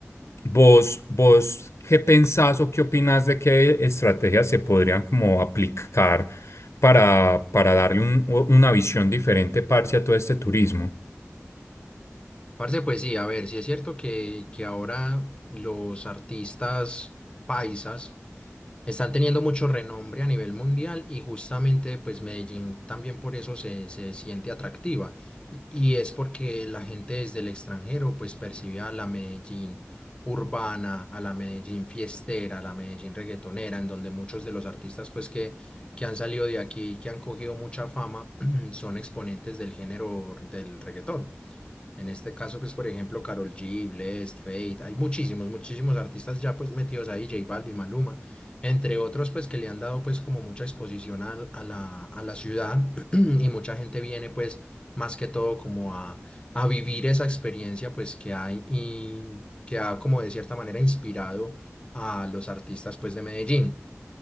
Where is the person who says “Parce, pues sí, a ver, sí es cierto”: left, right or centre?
Left